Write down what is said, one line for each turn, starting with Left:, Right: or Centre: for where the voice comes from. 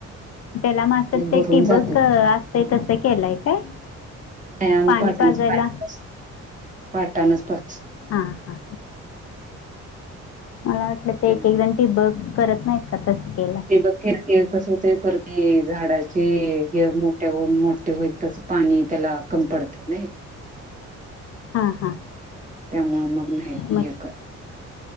Left: त्याला म असं ते
Right: भरून
Left: टिबक
Right: जाते
Left: असतय, तसं केलंय काय?
Right: नाही आम्ही
Left: पाणी
Right: पाटणचं
Left: पाजायला
Right: पहिल्यापासून, पाटणच पासत
Left: हा, हा, मला वाटलं ते
Right: त्यांना
Left: एक एक जण टीब. करत नाहीत का? तसं. केलंय
Right: ते बघ, किरकिर कसं होतय परती झाडाचे येळ मोठ्या होऊन मोठे होईल तसं पाणी त्याला कम पडते नाही?
Left: हा हा
Right: त्यामुळं, मग नाही
Left: मग
Right: हे कर.